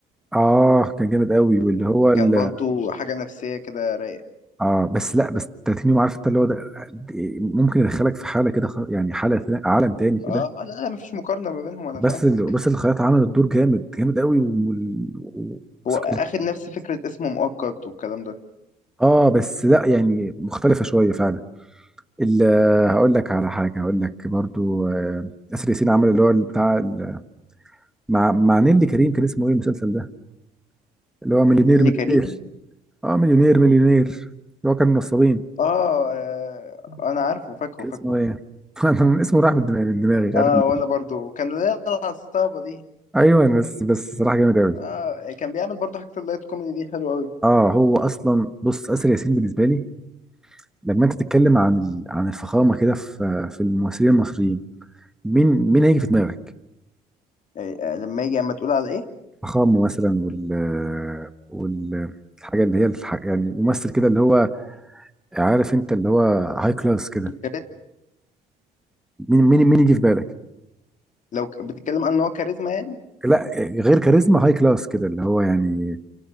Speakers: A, in the centre; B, on the left (about 50°).
A: اه كان جامد قوي واللي هو ال...
B: كان برضو حاجه نفسيه كده رايقه
A: اه بس لا بس 30 يوم عارف انت اللي هو ده ممكن يدخلك في حاله كده خ- يعني حاله ثانية- عالم تاني كده
B: اه لا لا مفيش مقارنه ما بينهم انا
A: بس
B: فاهمك
A: ال... بس الخياطه عملت دور جامد جامد قوي وموسيقى
B: هو اخد نفس فكره اسمه مؤقت والكلام ده
A: اه بس لا يعني مختلفة شوية فعلا ال- هقول لك على حاجة هقول لك برضو آه، آسر ياسين عمل اللي هو بتاع ال- مع مع نيللي كريم كان اسمه ايه المسلسل ده اللي هو مليونير
B: نيللي
A: مليونير
B: كريم
A: اه مليونير مليونير اللي هو كان نصابين
B: اه آه، انا عارفه فاكره
A: كان
B: فاكره
A: اسمه ايه <laughs> أنا اسمه راح من دماغي من دماغي مش عارف
B: اه
A: ليه
B: وانا برضو كان ليا العصابه دي
A: ايوه بس بس صراحة جامد قوي
B: اه كان بيعمل برضو حاجه اللايت كوميدي دي حلوه قوي
A: اه هو اصلا بص آسر ياسين بالنسبة لي لما انت تتكلم عن ال- عن الفخامة كده في في الممثلين المصريين مين مين هيجي في دماغك
B: آه لما يجي اما تقول على ايه
A: فخامه مثلا وال وال الحاجه اللي هي الح... يعني ممثل كده اللي هو عارف انت اللي هو هاي كلاس كده
B: كاريزما.
A: مين مين مين يجي في بالك
B: لو ك- بتتكلم عن ان هو كاريزما يعني
A: لا غير كاريزما هاي كلاس كده اللي هو يعني